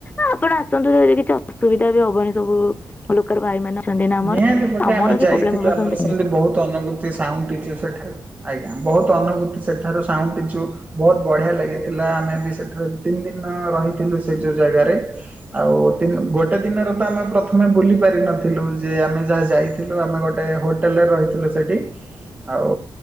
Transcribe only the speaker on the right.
ନିହାତି ଗୋଟେ
ଆମେ ଯାଇଥିଲୁ
ଆମର ସେମିତି ବହୁତ ଅନୁଭୂତି ସାଉଁଟିଛୁ ସେଠାରୁ ଆଜ୍ଞା ବହୁତ ଅନୁଭୂତି ସେଠାରୁୁ ସାଉଁଟିଛୁ ବହୁତ ବଢିଆ ଲାଗିଥିଲା। ଆମେ ବି ସେଠରେ ତିନି ଦିନ ରହିଥିଲୁ ସେ ଯୋଉ ଜାଗାରେ। ଆଉ ତିନ ଗୋଟେ ଦିନରେ ତ ଆମେ ପ୍ରଥମେ ବୁଲି ପାରିିନଥିଲୁ। ଆମେ ଯାହା ଯାଇଥିଲୁ ଆମେ ଗୋଟେ ହୋଟେଲରେ ରହିଥିଲୁ ସେଠି ଆଉ